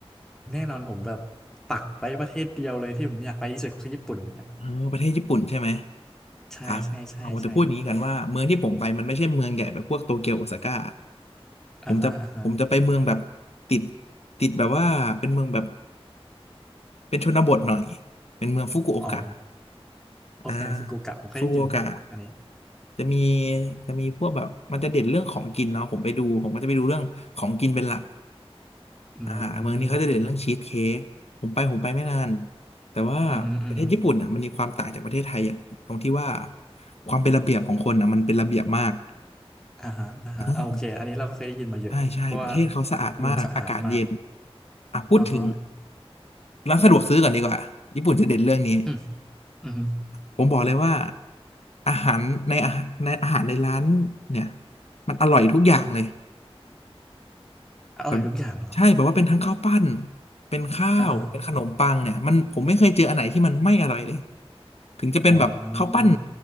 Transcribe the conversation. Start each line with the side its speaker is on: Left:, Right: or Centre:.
Centre: แน่นอนผมแบบปักไว้ประเทศเดียวเลยที่ผมอยากไปที่สุดก็คือญี่ปุ่นนะ
Left: เออประเทศญี่ปุ่นใช่ไหม
Centre: ใช่ใช่ใช่ใช่
Left: อ่ะผมจะพูดอย่างนี้กันว่าเมืองที่ผมไปมันไม่ใช่เมืองใหญ่แบบพวกโตเกียวโอซาก้า
Centre: อ่าฮะอ่าฮะ
Left: ผมจะผมจะไปเมืองแบบติดติดแบบว่าเป็นเมืองแบบเป็นชนบทหน่อยเป็นเมืองฟุกุโอกะ
Centre: อ๋อโอเคฟุกุโอกะผมเคยได้ยินอันนี้
Left: อ่าฟุกุโอกะจะมีจะมีพวกแบบมันจะเด่นเรื่องของกินเนาะผมไปดูผมก็จะไปดูเรื่องของกินเป็นหลัก
Centre: อื
Left: อ่าเมืองนี้เขาจะเด่นเรื่องชีสเค้กผมไปผมไปไม่นาน
Centre: ม
Left: แต่ว่าประเทศญี่ปุ่นอ่ะมันมีความต่างจากประเทศไทยอย่างตรงที่ว่า
Centre: อืมอฮึออือฮ
Left: ความเป็นระเบียบของคนอ่ะมันเป็นระเบียบมาก
Centre: อ่าฮะอ่าฮะเอาโอเคอันนี้เราก็เคยได้ยินมาเยอะเพราะว่า
Left: อ่าใช่ใช่ประเทศเขาสะอาดมากอากาศเย็น
Centre: เมืองสะอาดมาก
Left: อ่ะพูดถึง
Centre: อ่าฮะ
Left: ร้านสะดวกซื้อก่อนดีกว่าญี่ปุ่นจะเด่นเรื่องนี้
Centre: อืมอืมฮึ
Left: ผมบอกเลยว่าอาหารในอาหารในอาหารในร้านเนี่ยมันอร่อยทุกอย่างเลย
Centre: อร่อยทุกอย่างเหรอ
Left: แบบใช่แบบว่าเป็นทั้งข้าวปั้นเป็นข้าวเป็นขนมปังเนี่ยมันผมไม่เคยเจออันไหนที่มันไม่อร่อยเลย
Centre: อ่าฮะ
Left: ถึงจะเป็นแบบข้าวปั้น
Centre: อ๋อ